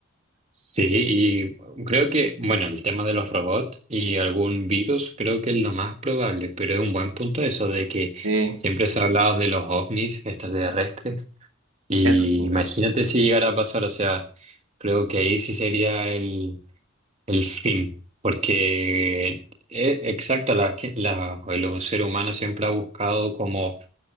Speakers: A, on the right (about 30°); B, on the right (about 80°).
A: Sí, y creo que, bueno, el tema de los robots y algún virus creo que es lo más probable, pero es un buen punto eso de que
B: Sí,
A: siempre se ha hablado de los ovnis extraterrestres y
B: eso sí.
A: imagínate si llegara a pasar, o sea, creo que ahí sí sería el, el fin, porque eh, exacto, la, ge- la, el ser humano siempre ha buscado como